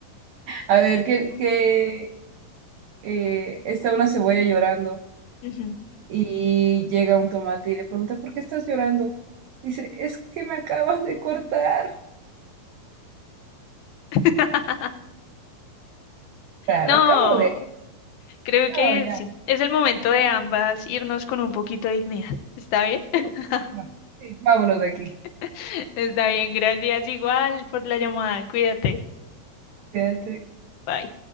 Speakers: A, on the right (about 85°); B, on the left (about 85°).
A: a ver, que, que eh, está una cebolla llorando
B: Ujú.
A: y llega un tomate y le pregunta, ¿por qué estás llorando? Dice, es que me acabas de cortar. O
B: <laughs>
A: sea,
B: No,
A: lo acabo de...
B: creo
A: No,
B: que
A: ya.
B: sí. Es el momento de ambas irnos con un poquito de dignidad. ¿Está bien? <laughs>
A: Sí, no. Sí, vámonos de aquí.
B: <laughs> Está bien, gracias igual por la llamada. Cuídate.
A: Fíjate.
B: Bye.